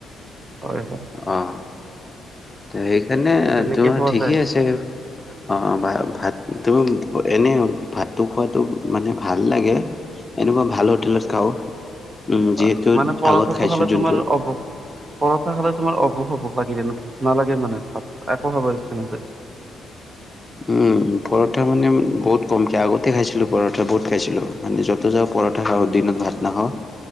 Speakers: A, on the right; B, on the left.
A: হয় হয়
B: আহঁ! সেইকাৰণে
A: এই তেনেকে
B: তোমাৰ
A: খোৱা
B: ঠিকেই
A: যায়
B: আছে অঁ ভা-ভাতটো এনেই ভাতটো খোৱাটো মানে ভাল লাগে, এনেকুৱা ভাল হোটেলত খাওঁ। উম, যিহেতু
A: হয় মানে পৰঠাটো
B: আগত খাইছোঁ
A: খালে
B: যোনটো
A: তোমাৰ অভুক, পৰঠা খালে তোমাৰ তোমাৰ অবুক, অবুক লাগে, ভোক নালাগে মানে একো খাব ইচ্ছা নাযায়।
B: উম পৰঠা মানে বহুত কমকে, আগতে খাইছিলো পৰঠা বহুত খাইছিলো। মানে যতে যাওঁ পৰঠা খাওঁ, দিনত ভাত নাখাওঁ।